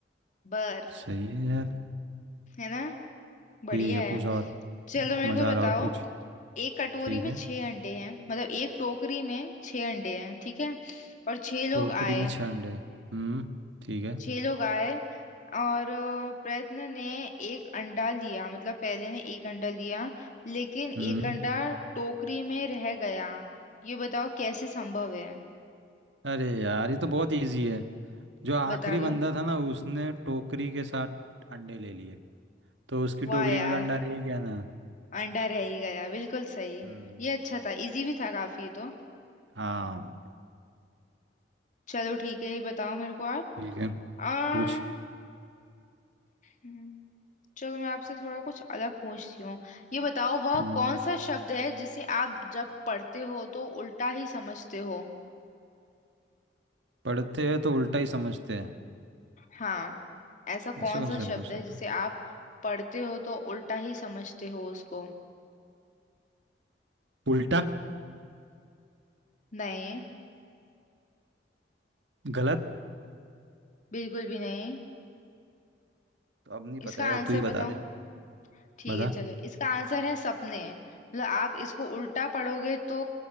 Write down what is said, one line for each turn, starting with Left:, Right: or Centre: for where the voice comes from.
Left: बर्फ
Right: सही है यार
Left: है ना बढ़िया
Right: ठीक है
Left: है
Right: पूछ और
Left: चलो मेरे
Right: मज़ा
Left: को
Right: आ
Left: बताओ
Right: रहा है, और पूछ
Left: एक कटोरी
Right: ठीक
Left: में
Right: है
Left: छह अंडे हैं मतलब एक टोकरी में छह अंडे हैं ठीक है और छह लोग
Right: टोकरी
Left: आए
Right: में छह अंडे हम्म ठीक है
Left: छह लोग आए और अ, प्रयत्न ने एक अंडा लिया मतलब पहले ने एक अंडा लिया लेकिन
Right: हम्म
Left: एक अंडा टोकरी में रह गया ये बताओ कैसे संभव है
Right: अरे यार ये तो बहुत इजी है जो आखिरी
Left: बता
Right: बंदा
Left: दो
Right: था ना उसने टोकरी के साथ अंडे ले लिए तो उसकी
Left: वाह
Right: टोकरी
Left: यार
Right: में तो अंडा रह ही गया ना
Left: अंडा रह ही गया बिल्कुल सही
Right: हम्म
Left: ये अच्छा था इजी भी था काफी ये तो
Right: हाँ
Left: चलो ठीक है ये बताओ मेरे को यार
Right: ठीक है
Left: अम्म,
Right: पूछ
Left: हम्म, चलो मैं आपसे थोड़ा कुछ अलग पूछती हूँ ये बताओ वह
Right: हम्म
Left: कौन सा शब्द है जिसे आप जब पढ़ते हो तो उल्टा ही समझते हो
Right: पढ़ते हैं तो उल्टा ही समझते हैं
Left: हाँ ऐसा कौन
Right: ऐसा कौन
Left: सा
Right: सा शब्द
Left: शब्द
Right: हो सकता
Left: है जिसे
Right: है
Left: आप पढ़ते हो तो उल्टा ही समझते हो उसको
Right: उल्टा
Left: नहीं
Right: गलत
Left: बिल्कुल भी नहीं
Right: तो अब नहीं पता
Left: इसका
Right: यार
Left: आंसर
Right: तू ही बता
Left: बताओ
Right: दे
Left: ठीक
Right: बता
Left: है चलो इसका आंसर है सपने मतलब आप इसको उल्टा पढ़ोगे तो